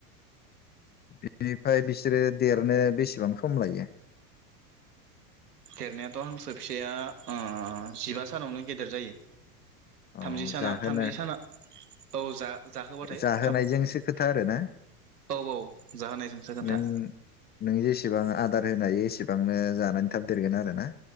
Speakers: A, on the left (about 20°); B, on the right (about 85°).
A: बिनिफ्राय बिसोरो देरनो बेसेबां सम लायो?
B: देरनायाथ' हांसो फिसाया अह जिबा सानावनो गेदेर जायो
A: अ
B: थामजि साना
A: जाहोनो
B: थामजि साना औ जा जाहोबाथाय
A: जाहोनायजोंसो
B: थाब
A: खोथा आरोना
B: औ औ जाहोनायजोंसो खोन्था
A: नों नों जेसेबां आदार होनो हायो एसेबां बेसेबांनो जानानै थाब देरगोन आरो ना?